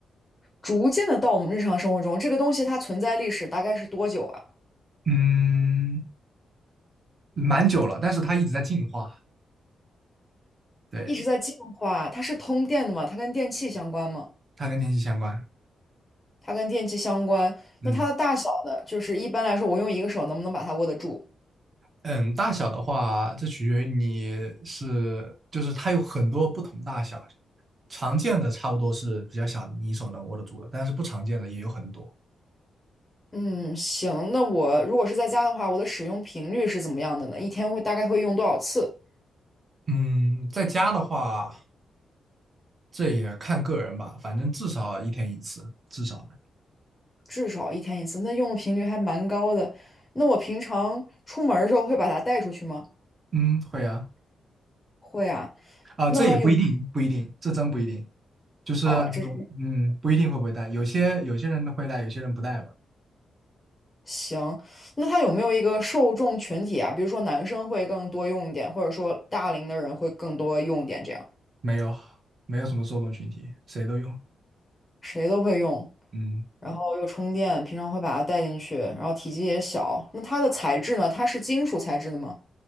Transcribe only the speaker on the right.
嗯。蛮久了，但是它一直在进化，对，
它跟天气相关。
嗯
嗯，大小的话，这取决于你是，就是它有很多不同大小，常见的差不多是比较小的，你手能握得住的，但是不常见的也有很多。
嗯，在家的话，这也看个人吧，反正至少一天一次，至少的。
嗯，会啊，
啊，
这也不一定，不一定，这真不一定，就是
嗯，不一定会不会带，有些有些人会带，有些人不带吧。
没有，没有什么受众群体，谁都用。
嗯